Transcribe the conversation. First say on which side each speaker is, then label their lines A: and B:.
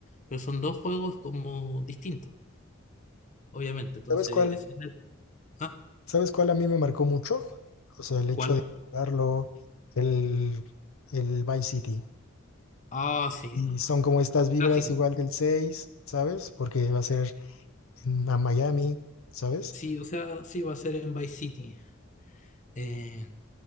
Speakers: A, on the left; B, on the left.
A: pero son dos juegos como distintos, obviamente. Entonces,
B: ¿Sabes cuál?
A: sí, ah,
B: ¿Sabes cuál a mí me marcó mucho? O sea, el hecho
A: ¿cuál?
B: de jugarlo, el, el Vice City.
A: Ah, sí,
B: Y
A: no,
B: son como estas vibras
A: clásico.
B: igual del 6, ¿sabes? Porque va a ser en- a Miami, ¿sabes?
A: Sí, o sea, sí, va a ser en Vice City. Eh,